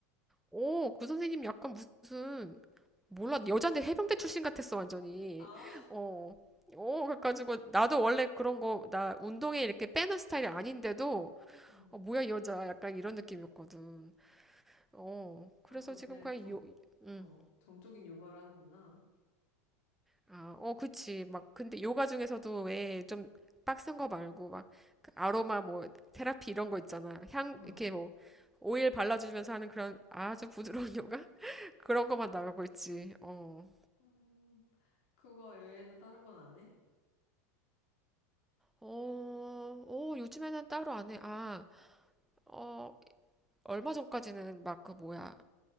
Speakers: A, in the centre; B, on the left (about 65°).
A: 어, 그 선생님 약간 무슨 몰라 여잔데 해병대 출신 같았어 완전히.
B: 아,
A: 어, 어, 그래가지고 나도 원래 그런 거 나 운동에 이렇게 빼는 스타일이 아닌데도
B: 음,
A: 어, 뭐야 이 여자 약간 이런 느낌이었거든. 어, 그래서
B: 아, 그럼
A: 지금
B: 그냥
A: 그냥
B: 정,
A: 요, 음.
B: 어, 정적인 요가를 하는구나.
A: 아, 어, 그치. 막, 근데 요가 중에서도 왜 좀 빡센 거 말고, 막그 아로마 뭐, 테라피 이런 거 있잖아. 향,
B: 어,
A: 이렇게
B: 어.
A: 뭐, 오일 발라주면서 하는 그런 아주 부드러운 <laughs> 요가? 그런 거만 나가고 있지. 어.
B: 음, 그거 외에는 다른 건 안 해?
A: 어, 어, 요즘에는 따로 안 해. 아, 어, 얼마 전까지는 막 그 뭐야,